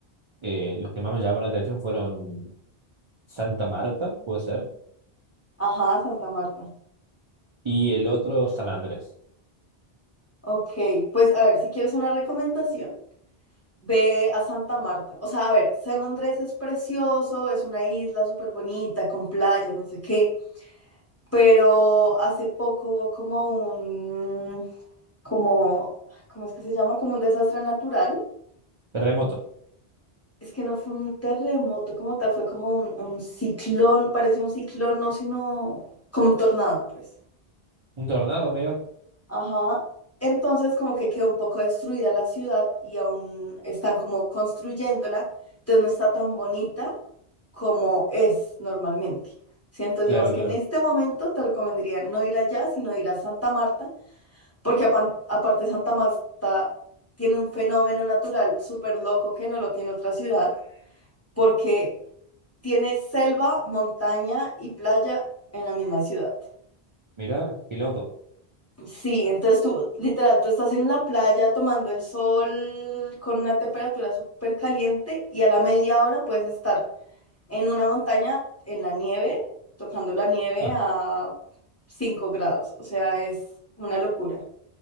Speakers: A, on the right (about 40°); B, on the left (about 15°).
A: Eh, los que más me llamaron la atención fueron Santa Marta, puede ser,
B: Ajá, Santa Marta.
A: y el otro San Andrés.
B: Ok, pues a ver, si quieres una recomendación, ve a Santa Marta. O sea, a ver, San Andrés es precioso, es una isla súper bonita, con playas, no sé qué. Pero hace poco hubo como un como, ¿cómo es que se llama? Como un desastre natural.
A: Terremoto.
B: Es que no fue un terremoto como tal, fue como un, un ciclón, parecía un ciclón, no, sino como un tornado, pues.
A: Un tornado, mira.
B: Ajá. Entonces como que quedó un poco destruida la ciudad y aún están como construyéndola, entonces no está tan bonita como es normalmente. ¿sí? Entonces
A: Claro,
B: digamos que
A: claro.
B: en este momento te recomendaría no ir allá, sino ir a Santa Marta, Porque apan- aparte Santa Marta tiene un fenómeno natural súper loco que no lo tiene otra ciudad, porque tiene selva, montaña y playa en la misma ciudad.
A: Mira, qué loco.
B: Sí, entonces tú, literal, tú estás en la playa tomando el sol con una temperatura súper caliente y a la media hora puedes estar en una montaña en la nieve, tocando la nieve
A: Ah,
B: a 5 grados. O sea, es una locura.